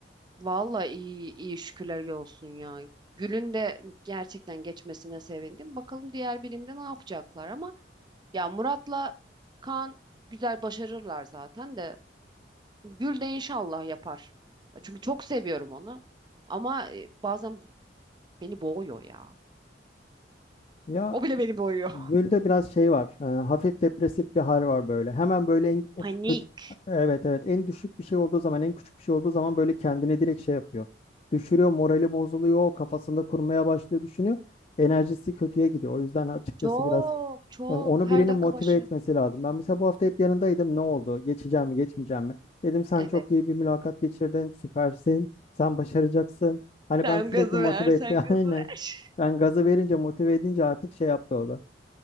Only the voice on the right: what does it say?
Vallahi iyi iyi şükürler olsun ya. Gül'ün de gerçekten geçmesine sevindim. Bakalım diğer birimde ne yapacaklar ama ya Murat'la Kaan güzel başarırlar zaten de Gül de inşallah yapar. Çünkü çok seviyorum onu. Ama e, bazen beni boğuyor ya.
O bile beni boğuyor.
<laughs> Panik.
Çok
çok
her
dakika
başı.
Evet.
Sen
gazı
ver, sen
gazı
ver.